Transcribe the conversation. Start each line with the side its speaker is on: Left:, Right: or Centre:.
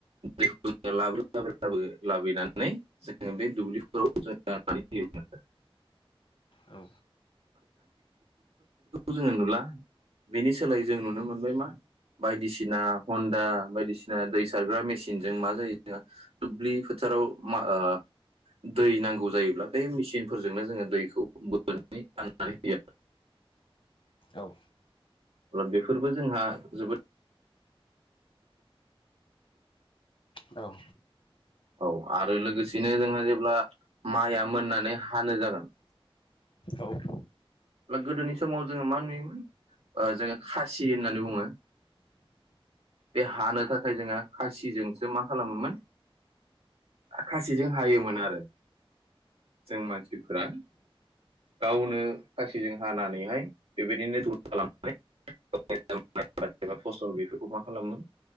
Right: दैखौ लाबो लाबोबो लाबानै जोङो बे दुब्लिफोराव जों होयोमोन। <inaudible>
Left: औ
Right: जोङो नुला बेनि सोलायै जों नुनो मोनबाय मा बायदिसिना हन्दा बायदिसिना दै सारग्रा मेसिनजों मा जायो जोंहा दुब्लि फोथाराव मा ओ दै नांगौ जायोब्ला बे मेसिन फोरजोंनो जोङो दैखौ बोनानै राननानै होयो।
Left: औ
Right: अब्ला बेफोरबो जोंहा जोबोद
Left: औ।
Right: औ आरो लोगोसेनो जोंहा जेब्ला माइया मोननानै हानो जागोन
Left: औ औ
Right: गोदोनि समाव जोङो मा नुयोमोन ओ जोङो खासि होननानै बुङो बे हानो थाखाय जोङो खासिजोंसो मा खालामोमोन खासिजों हायोमोन आरो जों मानसिफोरा गावनो। खासिजों हानानैहाय बेबायदिनो दुल खालामबाय <inaudible> फस्टल बेफोरखौ मा खालामो